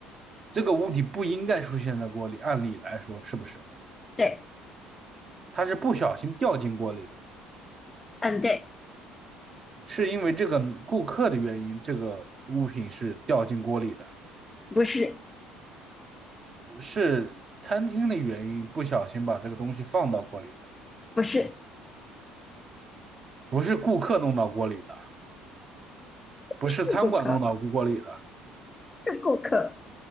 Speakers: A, on the right; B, on the left.
A: 这个物体不应该出现在锅里，按理来说是不是？
B: 对，
A: 他是不小心掉进锅里的，
B: 嗯，对，
A: 是因为这个顾客的原因，这个物品是掉进锅里的，
B: 不是，
A: 是餐厅的原因不小心把这个东西放到锅里的，
B: 不是，
A: 不是顾客弄到锅里的，不是餐馆弄到锅里的，
B: 是顾客，是顾客，